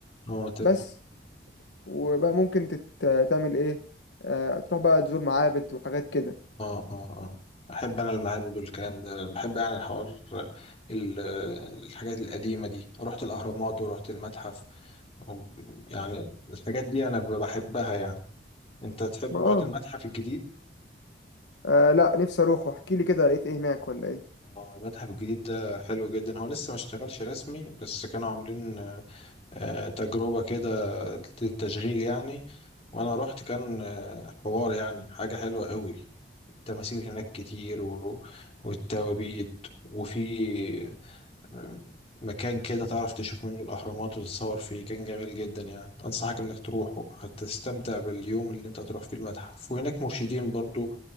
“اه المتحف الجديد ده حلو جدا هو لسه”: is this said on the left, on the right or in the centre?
Left